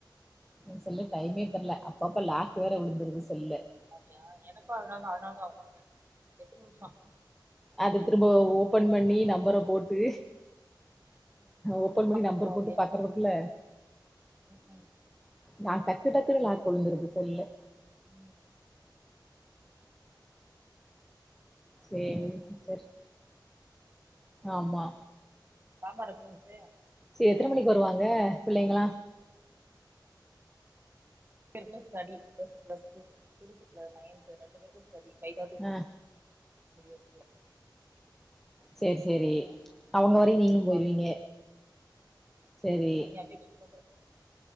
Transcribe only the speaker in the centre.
நீ சொல்லு டைமே தெர்ல அப்பப்ப லாக்கு வேற விழுந்துருது செல்ல
அத திரும்பவும் ஓபன் பண்ணி நம்பர போட்டு ஓப்பன் பன்னி
நம்பர் போட்டு பாக்றகுல்ல
நா டக்கு டக்குனு லாக் விழுந்துருது செல்ல
சேரி சிஸ்டர் ஆமா
சே எத்தன மணிக்கு வருவாங்க பிள்ளைங்ளா
ஆ
செரி செரிஅவுங்க வரயில நீங்களு போயிருவீங்க
செரி